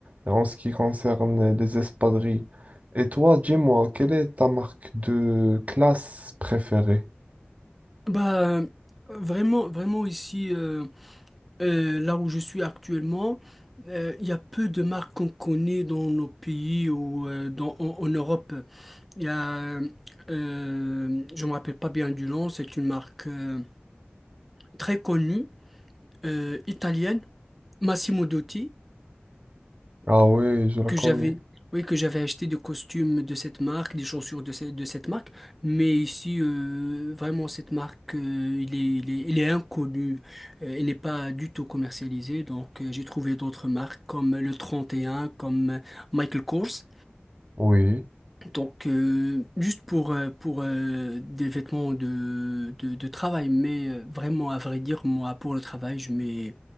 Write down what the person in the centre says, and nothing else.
Bah, euh, vraiment, vraiment ici, euh, euh, là où je suis actuellement, euh, il y a peu de marques qu'on connaît dans nos pays ou euh, dans, en, en Europe. Il y a, euh, euh, je me rappelle pas bien du nom, c'est une marque euh, très connue, euh, italienne, Massimo Dutti.
que
j'avais oui, que j'avais acheté des costumes de cette marque, des chaussures de, ce- de cette marque, mais ici, euh, vraiment, cette marque, euh, il est, il est, il est inconnu, euh, il n'est pas du tout commercialisé, donc euh, j'ai trouvé d'autres marques comme le 31 comme euh, Michael Kors,
donc, euh, juste pour, euh, pour euh, des vêtements de, de, de travail, mais euh, vraiment, à vrai dire, moi, pour le travail, je mets,